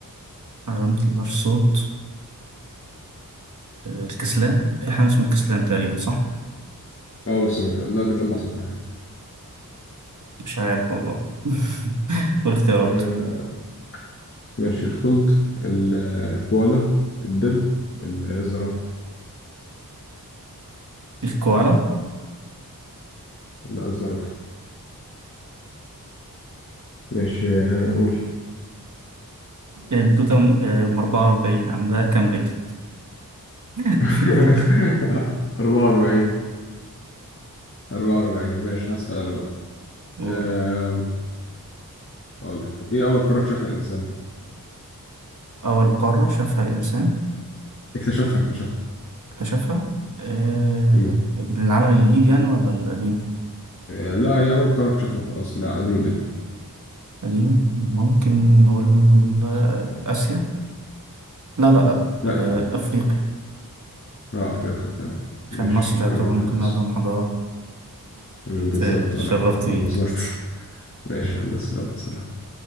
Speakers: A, on the right; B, on the left.
A: ما بيطلعش صوت آه، الكسلان في حاجة اسمها الكسلان تقريبا صح؟
B: أو بس لا بيطلع صوت عادي
A: مش عارف والله <laughs> والاختيارات
B: آه، ماشي الخلد ال- الكوالا الدب الزرافة
A: الكوالا
B: لا الزرافة ماشي هقول
A: الدودة آه، أم 44 عندها كام رجل؟ <laughs>
B: <laughs> 44 44 ماشي هسأل أنا بقى
A: قول
B: أم، أقول لك إيه أول قارة اكتشفها الإنسان؟
A: أول قارة شافها الإنسان
B: اكتشفها اكتشفها
A: اكتشفها آه،
B: مم.
A: من العالم الجديد يعني ولا القديم
B: أه، لا هي أول قارة اكتشفها خلاص لا قديم قديم
A: قديم ممكن نقول آه، آسيا لا لا لا
B: لا
A: آه،
B: يا عم
A: أفريقيا
B: لا أفريقيا تمام ماشي
A: عشان مصر
B: شكرا
A: يعتبر
B: لك
A: ممكن
B: يا هندسة
A: أقدم حضارة
B: مم، بالظبط
A: <laughs> تشرفت
B: أه ما
A: بيك
B: بالظبط <laughs> ماشي يا هندسة يلا سلام